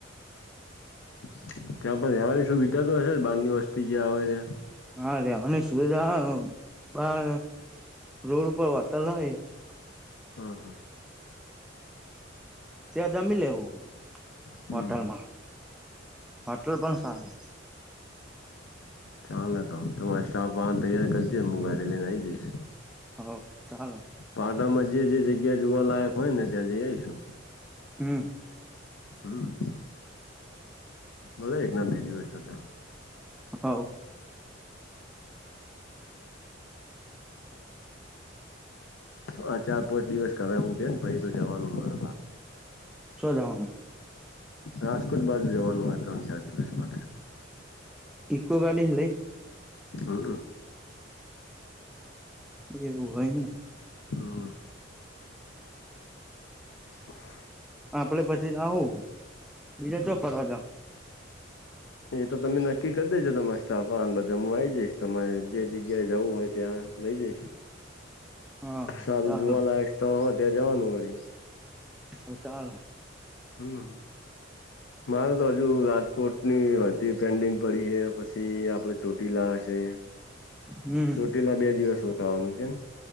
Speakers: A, on the left; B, in the centre.
A: ત્યાં પણ રહેવાની સુવિધા તો હશે બારની વસ્તી જ્યાં આવે ત્યાં.
B: હા રેવાની સુવિધા <unintelligible> બાર રોડ ઉપર વાર્તાલ હોય.
A: હા હા.
B: ત્યાં જમી લેવું
A: હમ
B: હોટલમાં હોટલ પણ સારી.
A: ચાલ તો તમારે સ્ટાફ વાન તૈયાર કરીજે હું ગાડી લઈને આઈ જઈશ.
B: હ ચાલો.
A: પાટામાં જે જે જગ્યા જોવા લયક હોય ને ત્યાં જઈ આવીશું.
B: હમ્મ.
A: હમ્મ. ભલે એક ના બે દિવસ થતા.
B: હવ.
A: હા ચાર પાંચ દિવસ કરાવવું કે ને પાઈ તો જવાનું <unintelligible>
B: <unintelligible> જાવાનું.
A: રાજકોટ બાજુ જવાનું હો ત્રણ ચાર દિવસ માટે.
B: ઈકો ગાડી લઈ
A: હમ
B: એવું હોયને
A: હા <unintelligible>
B: આપડે પછી આવું બીજા ચોપરવા
A: હમ
B: જ આવુ
A: એ તો તમે નક્કી કરી દેજો તમારા સ્ટાફને બધા હુ, આવી જઈશ તમારે જે જગ્યાએ જવું હોય ત્યા લ જઈશ
B: હા
A: સારું
B: ચાલો
A: જોવાલાયક છે, ત ત્યાં જવાનું વે
B: હ ચાલ
A: હમ મારે તો હજુ રાજકોટ ની અધી પેન્ડિંગ પડી હ પછી આપડ ચોટી લાવશે
B: હમ્મ
A: રૂ પલા બે દિવસ ખાવાનું કેમ